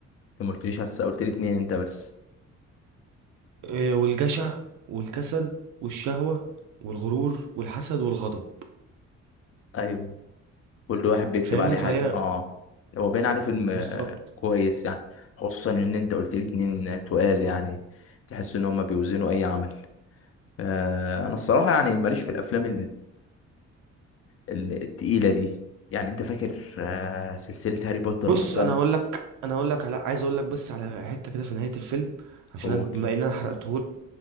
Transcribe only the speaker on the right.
آه، والجشع والكسل والشهوة والغرور والحسد والغضب
فاهمني
فهي
بالظبط
بص
انا هقول لك انا هقول لك على عايز اقول لك بس على حتة كده في نهاية الفيلم عشان
أنا- بما ان انا حرقته